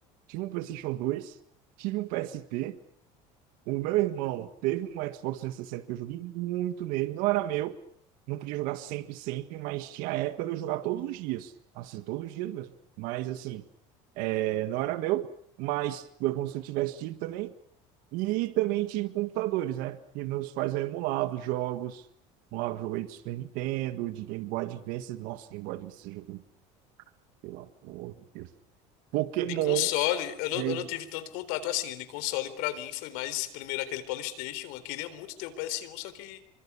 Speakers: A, on the right (about 70°); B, on the left (about 75°).
A: tive um PlayStation dois, tive um PSP, O meu irmão teve um Xbox trezentos e sessenta que eu joguei muito nele. Não era meu. Não podia jogar sempre, sempre, mas tinha a época de eu jogar todos os dias. Assim, todos os dias mesmo. Mas, assim, é, não era meu. Mas foi como se eu tivesse tido também. E também tive computadores, né? Que nos quais eu emulava os jogos. Emulava o jogo aí de Super Nintendo, de Game Boy Advance. Nossa, Game Boy Advance, esse jogo, pelo amor de Deus. Pokémon.
B: De console, eu não,
A: né?
B: eu não tive tanto contato assim. De console, pra mim, foi mais primeiro aquele PlayStation. Eu queria muito ter o PS1, só que